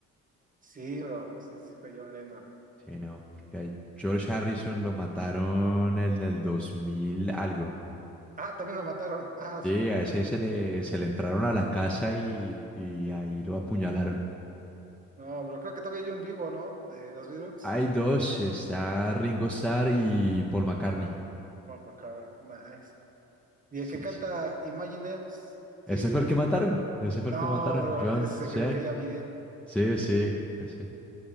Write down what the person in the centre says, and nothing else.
sí, no, porque a George Harrison lo mataron en el 2000 algo.
Sí, a ese se le, se le entraron a la casa y, y ahí lo apuñalaron.
Hay dos, está Ringo Starr y Paul McCartney.
Sí,
sí.
Ese
fue
el que mataron. Ese fue
el que mataron.
John,
sí.
Sí, sí, sí. sí.